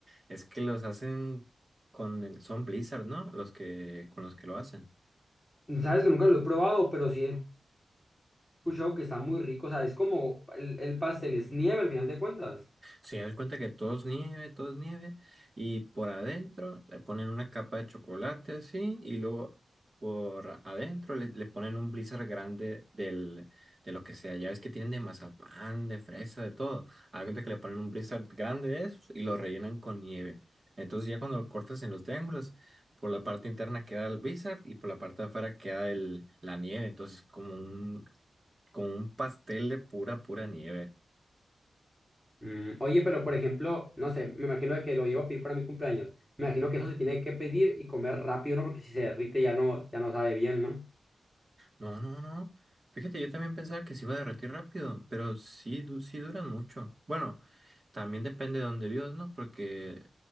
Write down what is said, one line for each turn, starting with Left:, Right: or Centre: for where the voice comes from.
Right: Es que los hacen con el- son Blizzard, ¿no? Los que con los que lo hacen.
Centre: <laughs> Sabes que nunca lo he probado, pero sí he escuchado que está muy rico, o sea, es como el, el pastel, es nieve al final de cuentas.
Right: Se dan cuenta que todo es nieve, todo es nieve, y por adentro le ponen una capa de chocolate así, y luego por adentro le, le ponen un blizzard grande del, de lo que sea. Ya ves que tienen de mazapán, de fresa, de todo. Hagan cuenta que le ponen un blizzard grande de esos y lo rellenan con nieve. Entonces ya cuando lo cortas en los triángulos, por la parte interna queda el blizzard y por la parte de afuera queda el, la nieve. Entonces como un, como un pastel de pura, pura nieve.
Centre: Mm, oye, pero por ejemplo, no sé, me imagino de que lo llevo a pedir para mi cumpleaños. Me imagino que eso se tiene que pedir y comer rápido, ¿no? Porque si se derrite ya no, ya no sabe bien, ¿no?
Right: No, no, no. Fíjate, yo también pensaba que se iba a derretir rápido, pero sí, du- sí duran mucho. Bueno, también depende de dónde vivas, ¿no? Porque